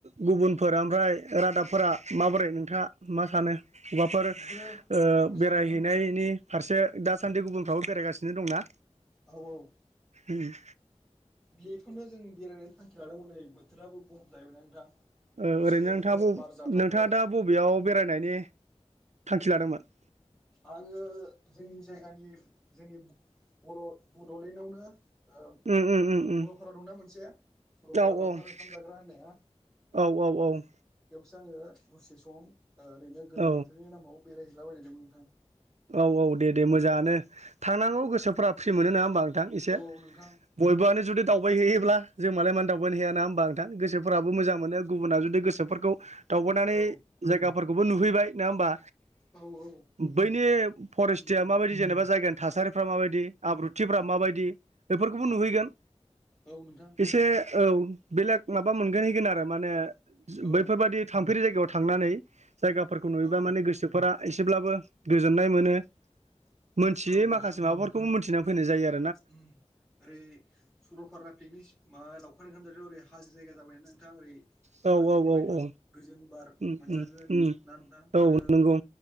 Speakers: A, on the right; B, in the centre.
A: गुबुनफोर ओमफ्राय रादाबफोरा माबोरै नोंथाङा मा सानो? अबावबाफोर ओ
B: बिदिनो मोजां
A: बेरायहैनायनि
B: नोंथां
A: फारसे दासान्दि गुबुनफ्राबो बेरायगासिन नो दं ना?
B: औ औ
A: उम
B: बेखौनो जों बेरायनायनि थांखि लादोंमोन नै बोथोराबो गरम जाहैबाय ना नोंथां।
A: ओं
B: दसे
A: ओरैनो नोंथाङा बब
B: बार जाथावथाव
A: नोंथाङा दा बबेयाव बेरायनायनि थांखि लादोंमोन?
B: आङो जोंनि जायगानि जोंनि बर' बड'लेण्डआवनो ओ
A: उम उम उम उम
B: सरलपारा दंना मोनसे सरलपारा
A: औ
B: लावखार
A: औ
B: ओंखाम जाग्रा होननाया
A: औ औ
B: दा आङो दसे सम ओ ओरैनो गोलोम
A: औ
B: बोथोरनि नामाव बेरायहैला बायनायदोंमोन नोंथां।
A: औ औ दे दे मोजाङानो थांनांगौ गोसोफ्रा फ्रि मोनो नोङा होमबा नोंथां एसे
B: उम औ औ नोंथां
A: बयबोआनो जुदि दावबायहैयोब्ला जों मालाय माननो दावबायनो हाया नङा होमबा नोंथां गोसोफोराबो मोजां मोनो गुबुना जुदि गोसोफोरखौ दावबायनानै
B: औ
A: जायगाफोरखौबो नुहैबाय नङा होमबा?
B: औ औ
A: बैनि फरेस्टिया
B: औ
A: माबायदि जेनेबा जायगानि थासारिफ्रा माबायदि आब्रुथिफ्रा
B: औ
A: माबायदि बेफोरख
B: औ
A: बो नुहैगोन।
B: औ नोंथां।
A: एसे औ बेलेग माबा मोनगोन हैगोन आरो माने
B: औ
A: बैफोरबादि थांफेरि जायगायाव थांनानै जायगाफोरखौ नुयोबा
B: औ
A: माने गोसोफोरा एसेब्लाबो गोजोननाय मोनो मोनथियै
B: औ नोंथां
A: माखासे माबाफोरखौबो मोनथिनानै फैनाय जायो आर
B: उम ओरै सरलपारा पिकनिक सि माबा लावखार ओंखाम जाग्रायाव ओरै हाजो जायगा जाबायना नों थां ओरै
A: औ
B: हाजोनिफ्रायनो
A: औ औ
B: गोजोन ब बार
A: उम
B: मोनजागोन
A: उम उम
B: ना नोंथां
A: औ
B: आरो
A: नंगौ